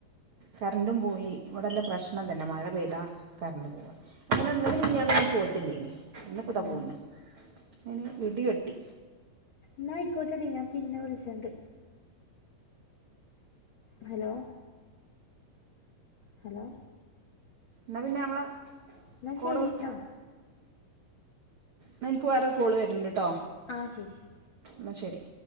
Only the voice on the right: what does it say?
കറന്റും പോയി ഇവിടള്ള പ്രശ്നം തന്നെ മഴ പെയ്താ കരണ്ട് പോവും അങ്ങനെ ഇന്നലിം മിനിഞാന്നൊന്നും പോയിട്ടില്ലേനി ഇന്ന്പ്പതാ
പോയിണ് ഇനി ഇടി വെട്ടി
ന്നാ പിന്നെ അമ്മളെ
കോള്
ന്ന ഇൻക്ക് വാറെര് കോള് വര്ണ്ട് ട്ടോ
ന്നാ ശരി